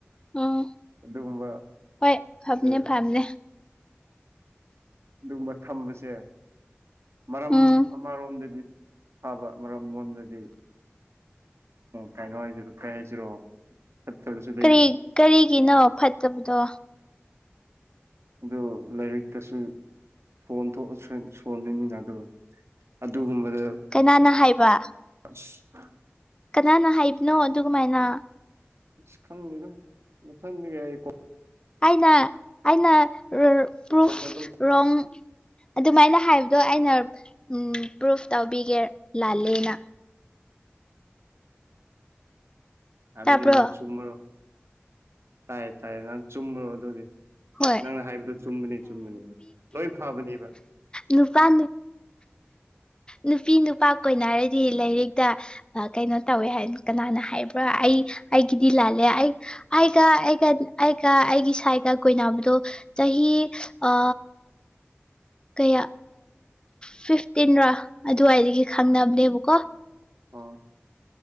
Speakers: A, on the left; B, on the right.
A: ꯎꯝ
B: ꯑꯗꯨꯒꯨꯝꯕ
A: ꯍꯣꯏ ꯐꯕꯅꯦ
B: ꯈꯔ꯫
A: ꯐꯕꯅꯦ
B: ꯑꯗꯨꯒꯨꯝꯕ ꯊꯝꯕꯁꯦ ꯃꯔꯝ
A: ꯎꯝ
B: ꯑꯃꯔꯣꯝꯗꯗꯤ꯫ ꯐꯕ ꯃꯔꯝ ꯂꯣꯟꯕꯗꯤ ꯀꯩꯅꯣ ꯍꯥꯏꯁꯤꯔꯣ ꯀꯩ ꯍꯥꯏꯁꯤꯔꯣ꯫ <unintelligible>
A: ꯀꯔꯤ ꯀꯔꯤꯒꯤꯅꯣ ꯐꯠꯇꯕꯗꯣ꯫
B: ꯑꯗꯣ ꯂꯥꯏꯔꯤꯛꯇꯁꯨ꯫ ꯐꯣꯟ ꯁꯣꯟꯂꯅꯤꯅ ꯑꯗꯣ ꯑꯗꯨꯒꯨꯝꯕꯗ꯫
A: ꯀꯅꯥꯅ ꯍꯥꯏꯕ꯫
B: ꯑꯁ꯫
A: ꯀꯅꯥꯅ ꯍꯥꯏꯕꯅꯣ ꯑꯗꯨꯒꯨꯝꯃꯥꯏꯅ꯫
B: ꯑꯁ ꯈꯪꯗꯦꯗ ꯃꯊꯪꯗꯤꯒꯤ ꯑꯩ ꯀꯣꯛ꯫
A: ꯑꯩꯅ ꯑꯩꯅ ꯄ꯭ꯔꯨꯐ
B: ꯀꯣꯛꯇ ꯑꯗꯨꯝ
A: ꯔꯣꯡ꯫ ꯑꯗꯨꯃꯥꯏꯅ ꯍꯥꯏꯕꯗꯣ ꯑꯩꯅ ꯄ꯭ꯔꯨꯐ ꯇꯧꯕꯤꯒꯦ ꯂꯥꯜꯂꯦꯅ꯫
B: ꯑꯗꯨꯗꯤ
A: ꯇꯥꯕ꯭ꯔꯣ
B: ꯅꯪ ꯆꯨꯝꯕ꯭ꯔꯣ ꯇꯥꯏ ꯇꯥꯏ ꯅꯪ ꯆꯨꯝꯕ꯭ꯔꯣ ꯑꯗꯨꯗꯤ
A: ꯍꯣꯏ
B: ꯅꯪꯅ ꯍꯥꯏꯕꯗꯨꯣ ꯆꯨꯝꯕꯅꯤ ꯆꯨꯝꯕꯅꯦꯕ ꯂꯣꯏ ꯐꯕꯅꯦꯕ
A: ꯅꯨꯄꯥꯥꯟ ꯅꯨꯄꯤ ꯅꯨꯄꯥ ꯀꯣꯏꯅ ꯍꯥꯏꯔꯗꯤ ꯂꯥꯏꯔꯤꯛꯇ ꯀꯩꯅꯣ ꯇꯧꯋꯦ ꯍꯥꯏ ꯀꯅꯥꯅ ꯍꯥꯏꯕ꯭ꯔꯥ ꯑꯩ ꯑꯩꯒꯤꯗꯤ ꯂꯥꯜꯂꯦ ꯑꯩ ꯑꯩꯒ ꯑꯩꯒ ꯑꯩꯒ ꯑꯩꯒꯤ ꯁꯥꯏꯒ ꯀꯣꯏꯕꯗꯣ ꯆꯍꯤ ꯆꯍꯤ ꯑ ꯀꯌꯥ ꯐꯤꯐꯇꯤꯟꯔꯣ ꯑꯗꯨꯋꯥꯏꯗꯒꯤ ꯈꯪꯅꯕꯅꯦꯕꯀꯣ
B: ꯑ